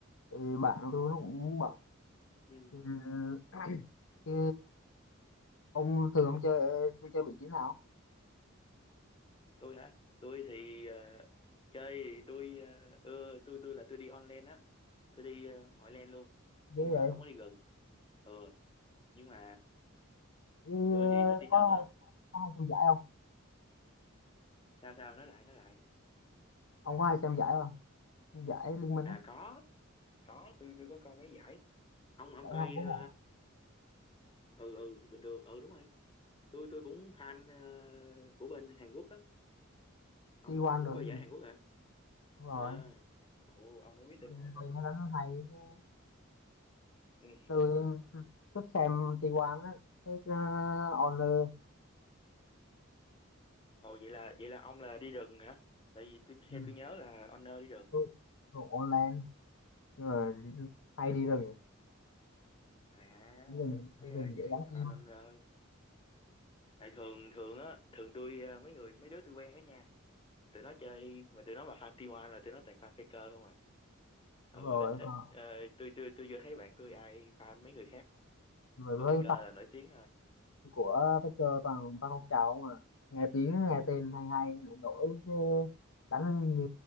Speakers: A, on the left; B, on the left.
A: Thì bạn tôi nó cũng bận.
B: ừ.
A: Ừ. <clears throat> Chứ ông thường ông chơi, tôi chơi vị trí nào?
B: tôi hả tôi thì ờ, chơi thì tôi ờ, ưa tôi tôi là tôi đi online á tôi đi ờ, mọi lane luôn
A: Ghê
B: nhưng mà
A: vậy.
B: không có đi gần ừ nhưng mà
A: Ừ,
B: tôi thì thích đi
A: có
B: top
A: hay,
B: hơn
A: có hay xem giải không?
B: sao sao nói lại nói lại
A: Ông có hay xem giải không? Giải Liên Minh
B: à
A: á,
B: có có tôi tôi có coi mấy giải ông ông
A: giải
B: coi
A: Hàn Quốc
B: ờ,
A: à?
B: ừ ừ bình thường ừ đúng rồi tôi tôi cũng fan ờ, của bên Hàn Quốc á ông
A: T1
B: ông cũng
A: rồi.
B: coi giải Hàn Quốc hả
A: đúng rồi
B: à ồ ông cũng biết
A: mình
B: từ một hả
A: thấy đánh nó hay chứ.
B: ừ
A: tôi thích xem T1 á thích uh, Honor
B: ồ vậy là vậy là ông là đi rừng hả tại vì tôi
A: ừ.
B: xe tôi nhớ là owner đi rừng
A: tôi thuộc online rồi hay đi rừng
B: à
A: đi rừng
B: nói
A: đi rừng
B: là
A: dễ
B: vậy
A: gắn
B: fan
A: kim
B: anh ơi tại thường thường á thường tôi ờ, mấy người mấy đứa tôi quen á nha tụi nó chơi mà tụi nó mà fan T1 là tụi nó toàn fan Faker không à ừ
A: đúng rồi
B: ít ít
A: còn
B: ờ, tôi tôi tôi chưa thấy bạn tôi ai fan mấy người khác
A: mà
B: có
A: với
B: Faker
A: fan
B: là nổi tiếng thôi
A: của Faker toàn ba con trào không à nghe tiếng nghe tên hay hay đổi chứ đánh như